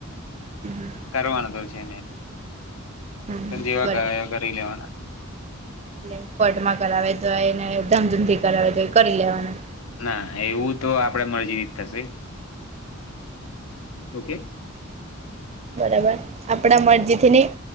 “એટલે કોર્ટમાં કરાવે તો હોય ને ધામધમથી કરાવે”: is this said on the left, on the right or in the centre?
Right